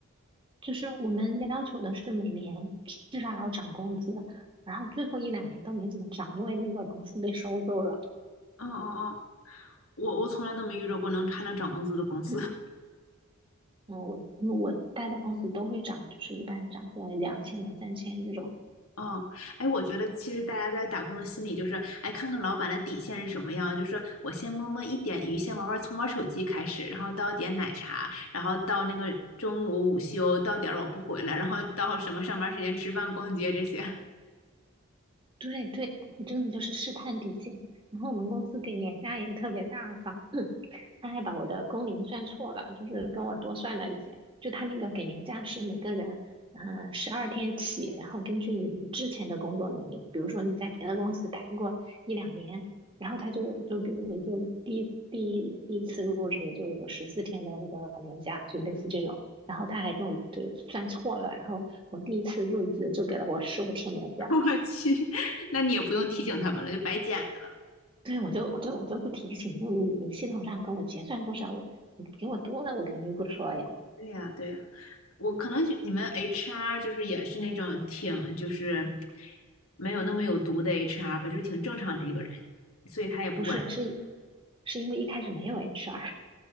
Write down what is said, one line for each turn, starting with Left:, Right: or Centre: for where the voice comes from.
Right: 就是我们要求的是每年至少要涨工资，然后最后一两年都没怎么涨，因为那个公司被收购了。
Left: 嗯嗯嗯，我我从来都没遇到过能还能涨工资的公司。
Right: <clears throat> 嗯，我嗯我待的公司都会涨，就是一般涨个两千两三千这种。
Left: 哦，哎，我觉得其实大家在打工的心理就是，哎，看看老板的底线是什么样，就是我先摸摸一点鱼，先玩玩，从玩手机开始，然后到点奶茶，然后到那个中午午休，到点儿我不回来，然后到什么上班时间吃饭、逛街这些。
Right: 对对，真的就是试探底线。然后我们公司给年假也特别大方，<clears throat> 他还把我的工龄算错了，就是跟我多算了一些。就他那个给年假是每个人，嗯、十二天起，然后根据你之前的工作年龄，比如说你在别的公司待过一两年，然后他就就比如你就第一第一第一次入职就有十四天的那个年假，就类似这种。然后他还跟我就算错了，然后我第一次入职就给了我十五天年假。
Left: <laughs> 我去，那你也不用提醒他们了，就白捡的了。
Right: 对，我就我就我就不提醒，就你你系统上跟我结算多少，我你给我多了，我肯定不说呀。
Left: 对呀，对呀，我可能你们 HR 就是也是那种挺就是没有那么有毒的 HR 吧，就是挺正常的一个人，所以他也不管。
Right: 不是，是是因为一开始没有 HR，